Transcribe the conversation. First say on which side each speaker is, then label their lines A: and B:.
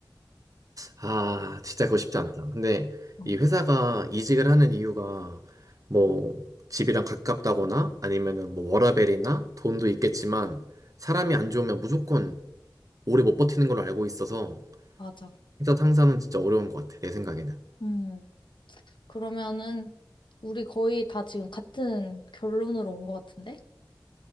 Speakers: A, on the right; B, on the left.
A: 아, 진짜 그거 쉽지 않다. 근데
B: 어,
A: 이 회사가 이직을 하는 이유가 뭐 집이랑 가깝다거나 아니면은 뭐 워라밸이나 돈도 있겠지만 사람이 안 좋으면 무조건 오래 못 버티는 걸로 알고 있어서
B: 맞아.
A: 회사 상사는 진짜 어려운 것 같아, 내 생각에는.
B: 음, 그러면은 우리 거의 다 지금 같은 결론으로 온 것 같은데?